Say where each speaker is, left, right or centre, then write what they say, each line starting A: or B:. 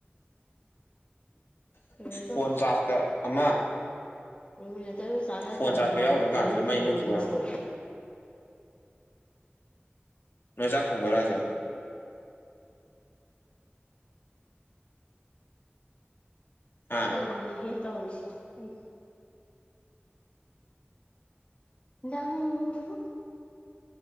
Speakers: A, on the left; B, on the left.
A: ꯀꯩꯅꯣ
B: ꯐꯣꯟ ꯆꯥꯔꯖꯀ ꯑꯃ
A: ꯔꯤꯒꯨꯂꯦꯇꯔ ꯆꯥꯟꯅꯗꯗꯅ
B: ꯐꯣꯟ ꯆꯥꯔꯖꯀ
A: ꯃꯥꯥꯝꯇꯣꯟꯗꯩ
B: ꯌꯥꯎꯗ꯭ꯔ ꯀꯥꯟꯁꯤꯗ ꯃꯩ
A: ꯇꯧꯔꯒ
B: ꯃꯨꯠꯈꯤꯕ
A: ꯂꯧꯔꯦ
B: ꯅ ꯆꯥꯥꯛ ꯊꯣꯡꯗꯣꯏꯔ ꯍꯥꯏꯁꯦ ꯑꯥ
A: ꯇꯜꯂꯤꯍꯦ ꯇꯧꯔꯤꯁꯦ ꯑꯩꯗꯤ ꯅꯪꯕꯨ